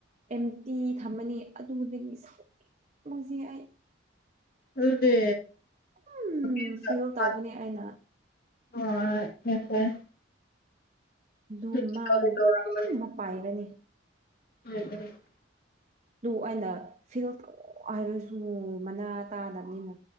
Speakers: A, on the right (about 35°); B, on the left (about 50°).
A: ꯑꯦꯝ ꯇꯤ ꯊꯝꯃꯅꯤ ꯑꯗꯨꯗꯒꯤ ꯁꯥꯎꯅꯤꯡꯕꯁꯤ ꯑꯩ
B: ꯑꯗꯨꯗꯤ
A: ꯎꯝ
B: <inaudible>
A: ꯐꯤꯜ ꯇꯧꯕꯅꯦ ꯑꯩꯅ
B: ꯍꯣꯏ <unintelligible>
A: ꯗꯨ
B: ꯑꯗꯨꯗꯤ
A: ꯃꯥ
B: ꯇꯧꯗꯤ
A: ꯂꯣꯏꯅꯃꯛ
B: ꯇꯧꯔꯝꯒꯅꯤ
A: ꯄꯥꯏꯔꯅꯤ
B: <unintelligible>
A: ꯂꯨ ꯑꯩꯅ ꯐꯤꯜ ꯇꯧ ꯍꯥꯏꯔꯁꯨ ꯃꯅꯥ ꯇꯥꯗꯕꯅꯤꯅ